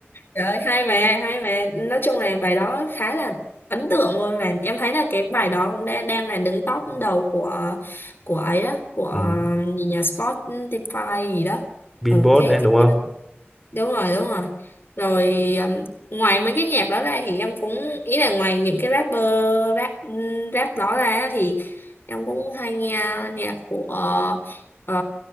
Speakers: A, on the left; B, in the centre.
A: trời ơi hay mà hay mà nói chung là bài đó khá là ấn tượng luôn và em thấy là cái bài đó cũng đang đang là đứng top đầu của của ấy đó của um,
B: ừm,
A: gì nhà Spotify gì đó
B: Beatbox
A: ừ, cái
B: đấy đúng
A: cái
B: không
A: đúng rồi đúng rồi rồi um, ngoài mấy cái nhạc đó ra thì em cũng ý là ngoài những cái rapper rap rap đó ra thì em cũng hay nghe nhạc của ờ,